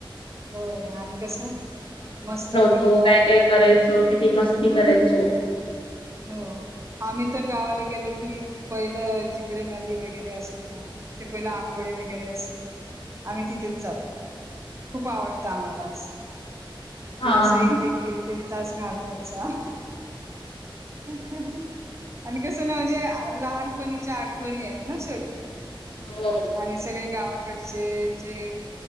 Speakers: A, on the right (about 30°); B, on the left (about 80°).
A: होय आणि कस मस्त कीना.
B: हो काय काय करायच. किती मस्ती करायचो.
A: हो आम्ही तर गावाला गेलो की, पहिलं जिकडे नदी वगैरे असते ना, तिथे पहिलं आंघोळी वगैरे अस आम्ही तिथेच जातो, खूप आवडतं आम्हाला. तिथे
B: हा
A: असं
B: हा
A: एक एक देवी देव. ताच घालवायचा ह आणि कसं ना म्हणजे लहानपणीच्या आ णी आहेत ना शछवटी
B: हो
A: आणि सगळे गावाकडचे जे